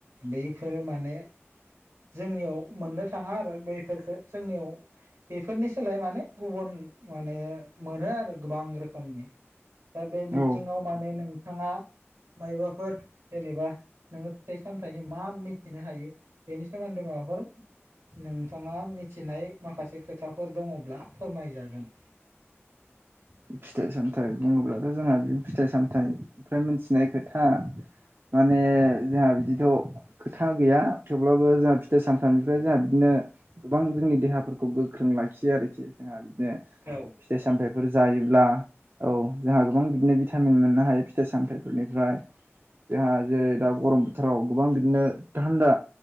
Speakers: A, on the right; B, on the right.
A: बेफोरो माने जोंनियाव मोननो थाङा आरो बैफोरफोरखौ जोंनियाव बेफोरनि सोलाय माने गुबुन माने मोनो आरो गोबां रोखोमनि। दा बे बिथिङाव
B: औ
A: माने नोंथाङा मायबाफोर जेनेबा नोङो फिथाइ सामथायाइनि मा मिथिनो हायो। बेनि सोमोन्दै माबाफोर नोंथाङा मिथिनाय माखासे खोथाफोर दङब्ला फोरमायजागोन। <unintelligible>
B: फिथाइ सामथायाइ बुङोब्लाथ' जोंहा बे फिथाइ सामथायाइनिफ्राय मिथिनाय खोथा। माने जोंहा बिदिथ' खोथा गैया थेवब्लाबो जोंहा फिथाइ सामथामनिफ्राय जोंहा बिदिनो गोबां जोंनि देहाफोरखौ गोख्रों लाखियो आरोखि जोंहा बिदिनो
A: औ
B: फिथाइ सामथायाइफोर जायो। औ जोंहा गोबां बिदिनो भिटामिन मोननो हायो फिथाइ सामथायाइफोरनिफ्राय। जोंहा जेरै दा गरम बोथोराव गोबां बिदिनो थान्दा।